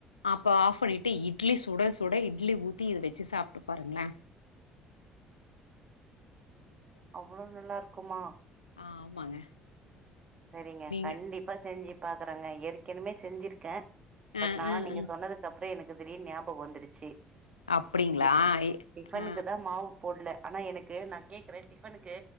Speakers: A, on the left; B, on the right.
A: இப்ப ஆஃப் பண்ணிட்டு இட்லி சுட சுட இட்லி ஊத்தி இது வச்சு சாப்ட்டு பாருங்ளே
B: அவ்ளோ நல்லாருக்குமா
A: ஆ ஆமாங்க
B: செரிங்க
A: நீங்க
B: கண்டிப்பா செஞ்சு பாக்குறேங்க ஏற்கெனமே செஞ்சிருக்கே பட்
A: அ
B: நானா
A: அ
B: நீங்க
A: அ
B: சொன்னதுக்கப்றோ எனக்கு திடீனு ஞாபகோ வந்துருச்சி
A: அப்டிங்களா
B: இப்ப டிஃபனுக்கு
A: ஆ
B: தா மாவு போட்ல ஆனா எனக்கு நா கேக்குற டிஃபனுக்கு